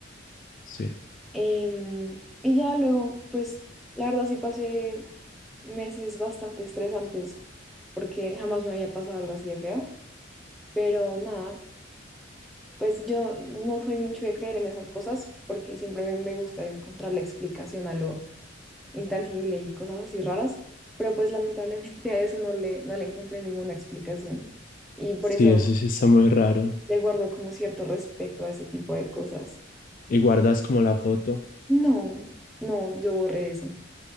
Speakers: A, on the left; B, in the centre.
A: sí,
B: Em, y ya luego, pues la verdad sí pasé meses bastante estresantes porque jamás me había pasado algo así de feo, pero nada, pues yo no soy mucho de creer en esas cosas porque siempre me, me gusta encontrar la explicación a lo intangible y cosas así raras, pero pues lamentablemente a eso no le, no le encontré ninguna explicación. Y por
A: sí,
B: eso
A: eso sí está muy raro.
B: le guardo como cierto respeto a ese tipo de cosas.
A: ¿Y guardas como la foto?
B: No, no, yo borré eso,